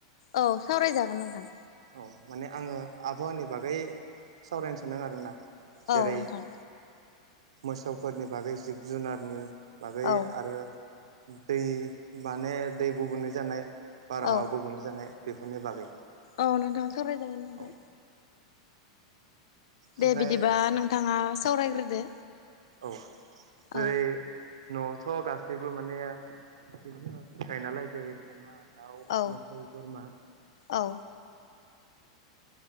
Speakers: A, on the left; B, on the right.
A: औ सावरायजागोन नोंथां।
B: औ माने आङो आबहावानि बागै सावरायनो सानदों आरोना। जेरै
A: औ नोंथां
B: मोसौफोरनि बागै जिब जुनारनि बागै
A: औ
B: आरो दै माने दै गुबुंले जानाय बारहावा
A: औ
B: गुबुंले जानाय बेफोरनि बागै।
A: औ नोंथां सावराय जागोन नोंथां।
B: औ ओमफ्राय
A: दे बिदिबा नोंथाङा सावरायग्रोदो।
B: औ। जेरै
A: औ
B: न'आवथ' गासैबो माने जिब जुनार फिखायो नालाय। जेरै अमा दाउ
A: औ
B: मोसौ बोरमा
A: औ।